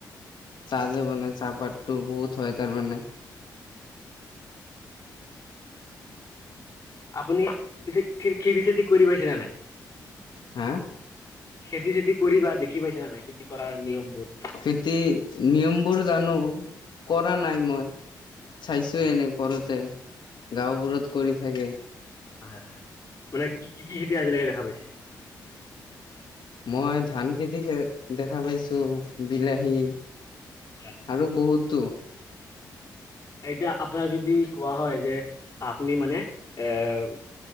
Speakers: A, on the left (about 60°); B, on the left (about 35°).
A: চাহ যে বনাই চাহপাতটো বহুত হয় তাৰ মানে।
B: হয়। আপুনি পিছে খে খেতি চেতি কৰি পাইছেনে নাই?
A: হা!
B: খেতি - চেতি কৰিবা দেখি পাইছে নে নাই খেতি কৰাৰ নিয়মবোৰ?
A: খেতি নিয়মবোৰ জানো কৰা নাই মই চাইছো
B: আচ্ছা,
A: এনে কৰোতে, গাওবোৰত কৰি থাকে।
B: অ হয় হয় মানে কি কি কি খেতি আজিলৈকে দেখা পাইছে?
A: মই ধান খেতিহে দেখা পাইছোঁ। বিলাহী
B: হয়।
A: আৰু বহুতো।
B: এতিয়া আপোনাৰ যদি কোৱা হয় যে আপুনি মানে এ